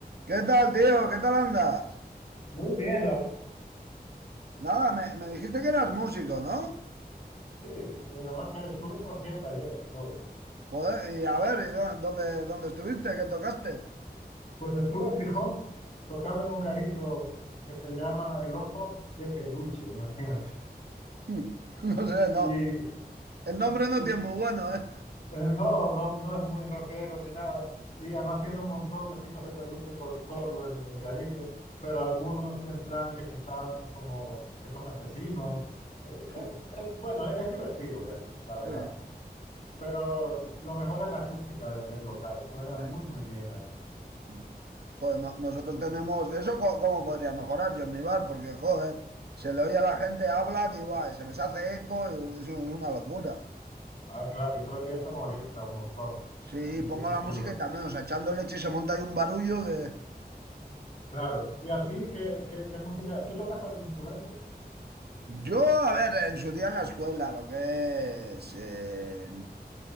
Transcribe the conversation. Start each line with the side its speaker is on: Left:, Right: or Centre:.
Right: ¿Qué tal, tío? ¿Qué tal andas?
Left: Muy bien, la
Right: Nada, me, me dijiste que eras músico, ¿no?
Left: vi. Eh, además, eh, tuve un concierto ayer y todo.
Right: Joder, y a ver, ¿y dó- dónde, dónde estuviste? ¿Qué tocaste?
Left: Pues estuve en Gijón tocando en un garito que se llama El Oso de Peluche, imagínate.
Right: <laughs> No sé, no.
Left: Y,
Right: El nombre no
Left: y,
Right: tiene
Left: eh,
Right: muy bueno, ¿eh?
Left: no, no, no es muy rockero ni nada. Y además tiene un montón de ositos de peluche por todo el, el garito, pero algunos en plan que se están como, que son asesinos. Eh,
Right: Puh,
Left: eh, es, bueno, es divertido verlo, la verdad.
Right: Sí,
Left: Pero lo mejor es la acústica del del local. Suena
Right: sí.
Left: muy, muy bien ahí.
Right: Mm. Joder, no- nosotros tenemos... ¿Eso co- cómo podría mejorar yo en mi bar? Porque, joder, se le oye a la gente, hablan y guay, se les hace eco, y es un- una locura.
Left: Ah, claro, y todo el día eso molesta un montón
Right: Sí,
Left: en tus
Right: pongo
Left: oídos.
Right: la música y también, o sea, echando leche se monta ahí un barullo que...
Left: Claro. ¿Y a ti qué, qué, qué música? ¿Tú tocas algún instrumento?
Right: Yo, a ver, en su día en la escuela, lo que es, eh,